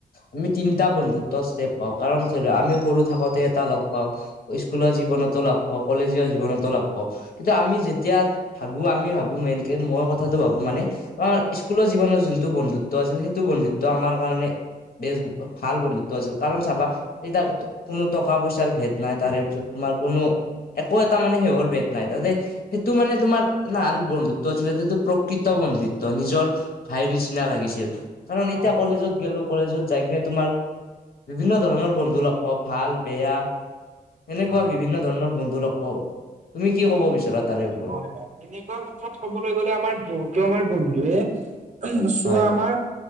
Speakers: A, on the left; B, on the right.
A: আমি তিনিটা বন্ধুত্বৰ ষ্টেপ পাওঁ কাৰণ ধৰি লোৱা আমি সৰু থাকোতে এটা লগ পাওঁ, - স্কুলৰ জীৱনতো লাগ পাওঁ, কলেজীয়া জীৱনতো লাগ পাওঁ, - কিন্তু আমি যেতিয়া ভাবো আমি ভাবো মেইনকে, মই কথাটো ভাব- বো মানে কাৰণ স্কুলৰ জীৱনৰ যোনটো বন্ধুত্ব আছিল সেইটো বন্ধুত্ব আমাৰ কাৰণে- বেছ ভাল বন্ধুত্ব আছিল, কাৰণ চাবা- তেতিয়া কোনো টকা পইচাৰ ভেদ নাই, তাৰে পিছত তোমাৰ কোনো- একো এটা মানে শেহৰ ভেদ নাই, তাতে সেইটো মানে তোমাৰ নান বন্ধুত্ব আছিলে যিটো প্ৰ- কৃত্ব বন্ধোত্ব নিজৰ ভাইৰ নিচিনা লাগিছিল, কাৰণ এতিয়া
B: হয়
A: কলেজত
B: হয়
A: গলো কলেজত যাই কিনে- তোমাৰ বিভিন্ন ধৰণৰ বন্ধু লগ পাওঁ, ভাল বেয়া এনেকুৱা
B: হয়।
A: বিভিন্ন- ধৰনৰ বন্ধু লগ পাওঁ, তুমি কি ক'ব বিচাৰা তাৰে- ওপৰত
B: হয় হয়, তেনেকুৱা ক্ষেত্ৰত কবলে গলে আমাৰ বহুতো আমাৰ বন্ধুৱে- উম' চোৱা
A: হয়
B: আমাৰ-